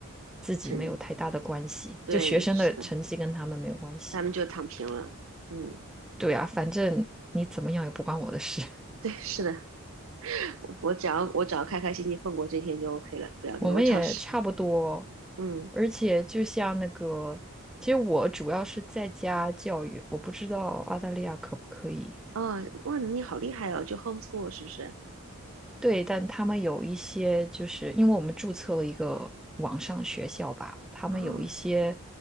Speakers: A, in the centre; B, on the right.
A: 自己没有太大的关系，
B: 很对，
A: 就学生的成绩跟他们没有关系。
B: 是的，他们就躺平了。嗯，
A: 对啊，反正你怎么样也不关我的事，
B: 对，是的。我我只要我只要开开心心放过这天就 OK 了，
A: <laughs>
B: 不要给我找事。
A: 我们也差不多，
B: 嗯，
A: 而且就像那个，其实我主要是在家教育，我不知道澳大利亚可不可以。
B: 哦，哇，你好厉害哦，就 homeschool 是不是？
A: 对，但他们有一些，就是因为我们注册了一个网上学校吧，他们有一些
B: 啊，